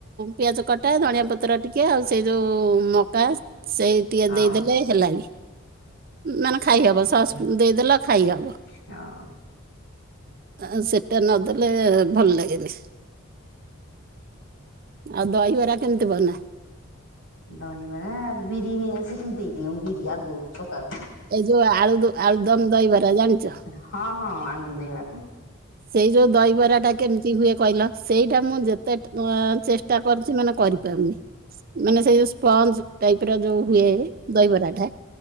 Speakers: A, on the right; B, on the left.
A: ପିଆଜ କଟା ଧଣିଆ ପତ୍ର ଟିକେ ଆଉ ସେଇ ଯୋଉ ମକା ସେଇ ଟିକେ
B: ହଁ
A: ଦେଇଦେଲେ ହେଲା ବି ମାନେ ଖାଇହବ ସସ୍ ଦେଇଦେଲ ଖାଇହବ
B: ହଁ
A: ଆଉ ସେଟା ନଦେଲେ ଭଲ ଲାଗେନି। ଆଉ ଦହିବରା କେମିତି ବନା
B: ଦହିବରା ବିରି ନେଇ ସେମତିି ବିରି ଆଗରୁ ପ୍ରକା
A: ଏଇ ଯୋଉଁ ଆଳୁ ଆଳୁ ଦମ ଦହିବରା ଜାଣିଛ?
B: ହଁ ହଁ ଆଳୁଦମ ଦହିବରା ପା
A: ସେଇ ଯୋଉଁ ଦହିବରା ଟା କେମିତି ହୁଏ କହିଲ ସେଇଟା ମୁଁ ଯେତେ ହଁ ଚେଷ୍ଟା କରିଛି ମାନେ କରିପାରୁନି ମାନେ ସେଇ ଯୋଉ ସ୍ପଞ୍ଜ ଟାଇପ ର ଯୋଉ ହୁଏ ଦହିବରାଟା